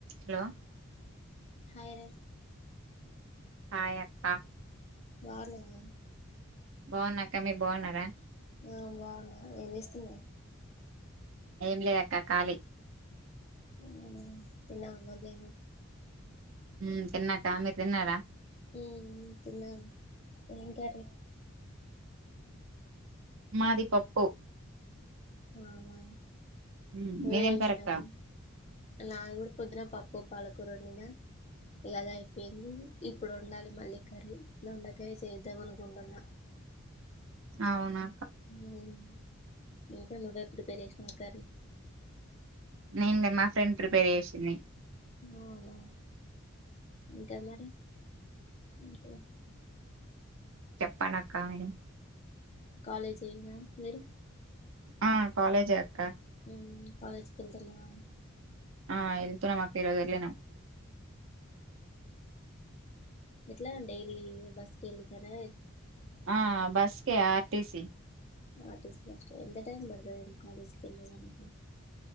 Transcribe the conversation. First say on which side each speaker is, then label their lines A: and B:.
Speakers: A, on the right; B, on the left.
A: Hello
B: hi రా
A: hi అక్క
B: బాణావ
A: బాగునక్క మీరు బాగున్నారా
B: ఆ బాగున్నా ఏం చేస్తున్నవ్
A: ఏంలే అక్క కాలి.
B: అవునా తిన్నవా మధ్యానం.
A: ఉమ్ తిన్నాక అ మీర్ తిన్నారా?
B: ఉమ్ తిన్నాం ఎమ్ కర్రీ
A: మాది పప్పు
B: అవునా
A: ఉమ్,
B: నువ్వే
A: మీదేం
B: చేసినవ్గా
A: కరక్క
B: నాది గుడా పొద్దున పప్పు పాలకూరొండిన ఇగ అద్ అయిపోయింది ఇప్పుడు ఒండాలి. మళ్ళీ కర్రీ దొండకాయ్ చేద్దాం అనుకుంటున్న.
A: అవునా
B: ఆమ్మో <inaudible> నువ్వే ప్రిపేర్ చేసినవా కర్రీ
A: నేన్ మా ఫ్రెండ్ ప్రిపేర్ చేసింది.
B: అవునా ఇంకా మరి ఇంకా
A: పనకాయనం.
B: కాలేజేనా మీరు
A: ఆ కాలేజే అక్క.
B: మ్ కాలేజ్కెళ్తున్నవా
A: ఆ ఎళ్తున్నమక్క ఈ రోజ్ ఎళ్ళినం.
B: ఎట్లా డైలీ బస్కెళ్తరా
A: ఆ బస్కే ఆర్టీసీ
B: ఆర్టిస్ట్ బస్క ఎంత టైం పడ్తది కాలేజ్కెళ్ళడానికి